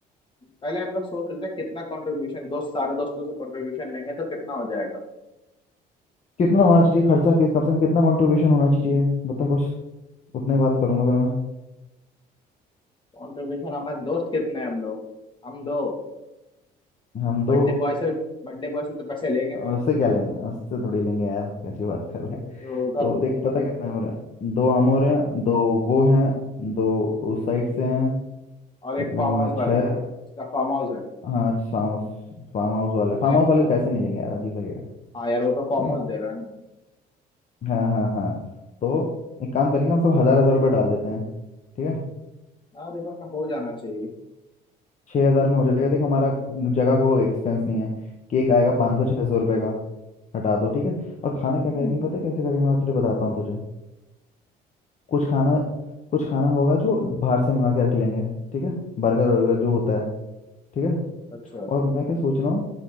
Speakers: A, on the left (about 30°); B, on the left (about 45°).
A: पहले हम लोग सोच रहे थे कितना कंट्रीब्यूशन दोस्त सारे दोस्तों से कंट्रीब्यूशन लेंगे तो कितना हो जाएगा
B: कितना होना चाहिए खर्चा किस कम से कम कितना कंट्रीब्यूशन होना चाहिए बता कुछ उतना ही बात करूंगा फिर मैं
A: कंट्रीब्यूशन हमारे दोस्त कितने हैं हम लोग हम दो
B: हम दो
A: बर्थडे बॉय से बर्थडे बॉय से तो पैसे लेंगे नहीं
B: उससे क्या लेंगे उससे थोड़ी लेंगे यार कैसी बात कर रहे हैं
A: तो, तो उधर
B: तो देख पता कितने हो रहे हैं दो हम हो रहे हैं दो वो हैं दो उस साइड से हैं
A: और
B: कितने
A: एक फार्म
B: हो
A: हाउस
B: गए
A: वाला
B: छः
A: है उसका फार्म हाउस है
B: हाँ फार्म हाउस फार्म हाउस वाले फार्म
A: नहीं
B: हाउस वाले
A: वो
B: से पैसे नहीं लेंगे यार अजीब लगेगा
A: हाँ यार वो तो
B: ठीक
A: फार्म
B: है
A: हाउस दे रहा है ना
B: हाँ हाँ हाँ तो एक काम करेंगे हम सब हज़ार हज़ार रुपये डाल देते हैं ठीक है
A: यार इधर में हो जाना चाहिए
B: छः हज़ार में हो जाएगा देख हमारा जगह का कोई एक्सपेंस नहीं है केक आएगा पाँच सौ छः सौ रुपये का हटा दो ठीक है और खाना
A: हम्म
B: क्या करेंगे पता है कैसे करेंगे मैं तुझे बताता हूँ तुझे कुछ खाना कुछ खाना होगा जो बाहर से मंगा के रख लेंगे ठीक है बर्गर वर्गर जो होता है ठीक है
A: अच्छा
B: और मैं क्या सोच रहा हूँ